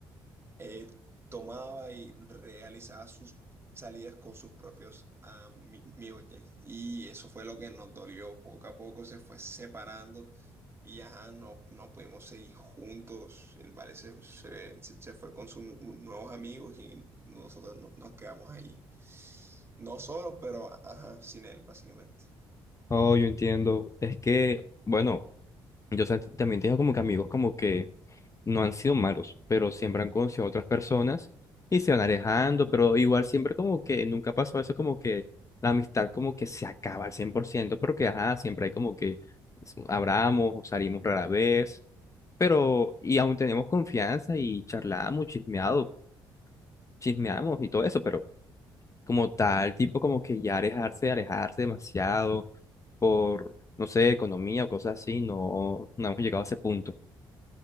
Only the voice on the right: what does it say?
eh, tomaba y realizaba sus salidas con sus propios amigos. Y eso fue lo que nos dolió. Poco a poco se fue separando. Y ajá, no, no pudimos seguir juntos. El vale se, se, se- se fue con sus nu- nuevos amigos y nosotros no- nos quedamos ahí. No solos, pero ajá, sin él, básicamente.